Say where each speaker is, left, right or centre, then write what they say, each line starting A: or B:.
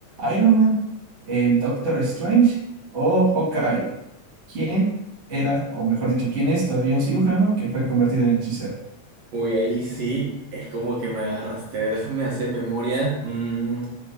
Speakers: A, on the right; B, on the right.
A: Iron Man, el Doctor Strange o Hawkeye. ¿Quién era, o mejor dicho, quién es todavía un cirujano que fue convertido en hechicero?
B: Uy, ahí sí, es como que me agarraste. A ver, déjame hacer memoria. Mm,